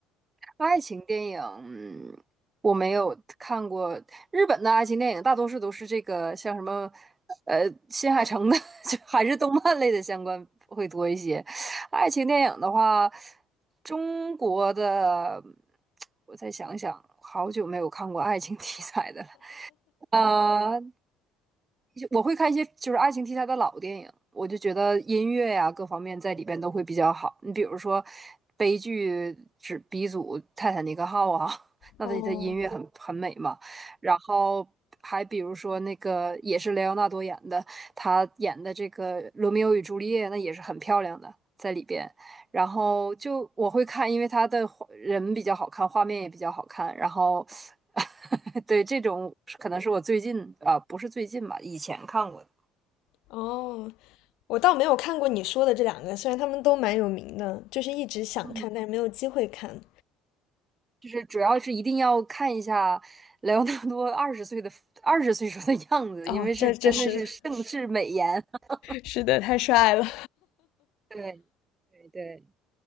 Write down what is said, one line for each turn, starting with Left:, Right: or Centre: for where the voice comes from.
Right: 爱情电影，嗯我没有看过日本的爱情电影，大多数都是这个像什么，呃，新海诚的，<laughs> 就还是动漫类的相关会多一些。爱情电影的话，中国的，我再想想，好久没有看过爱情题材的了。啊、我会看一些就是爱情题材的老电影，我就觉得音乐呀、各方面在里边都会比较好。你比如说悲剧之鼻祖《泰坦尼克号》啊，<laughs> 那它的音乐很很美嘛。
Left: 哦，
Right: 然后还比如说那个也是莱昂纳多演的，他演的这个《罗密欧与朱丽叶》，那也是很漂亮的在里边。然后就我会看，因为他的画人比较好看，画面也比较好看。然后，<laughs> 对这种可能是我最近啊、呃不是最近吧，以前看过的。
Left: 哦，我倒没有看过你说的这两个，虽然他们都蛮有名的，就是一直想看，
Right: 嗯，
Left: 但是没有机会看。
Right: 就是主要是一定要看一下莱昂纳多二十岁的二十岁时候的样子，
Left: 哦，
Right: 因为是真的哦是盛世美颜。
Left: 这这是
Right: <laughs>
Left: 是的，太帅了。
Right: 对对对，